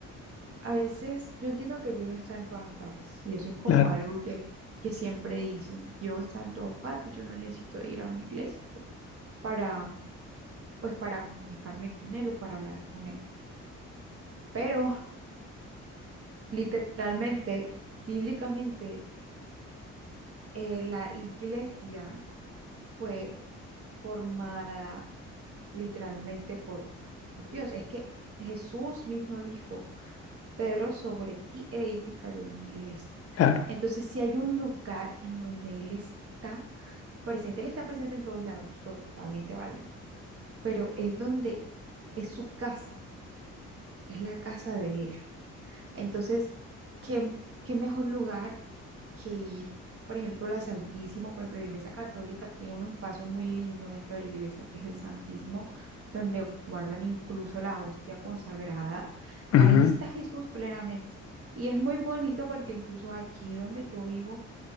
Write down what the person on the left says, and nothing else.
claro,
claro.
Ujú,